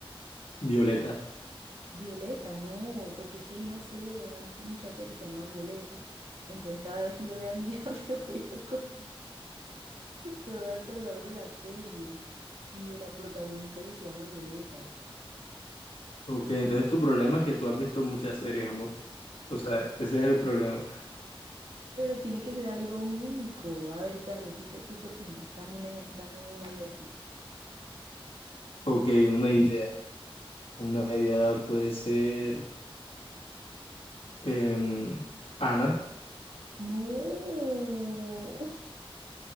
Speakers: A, on the left (about 80°); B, on the right (about 80°).
A: Violeta.
B: Violeta, no, porque es que hay una serie de una muchacha que se llama Violeta. Entonces, cada vez que yo vea a mi hija, <laughs> me voy a acordar, me voy a acordar de la serie y de la protagonista que se llama Violeta.
A: Ok, entonces tu problema es que tú has visto muchas series, amor. O sea, ese es el problema.
B: Pero tiene que ser algo único. A ver, dale, ¿tú qué, tú qué opinas? Dame un ejemplo, dame una idea tú.
A: Ok, una idea. Una idea puede ser em, Ana,
B: No, <laughs>